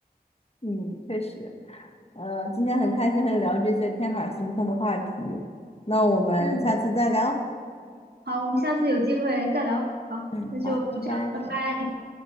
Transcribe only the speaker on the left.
嗯，确实，呃，今天很开心和你聊这些天马行空的话题，那我们下次再聊。
嗯，
好，拜拜。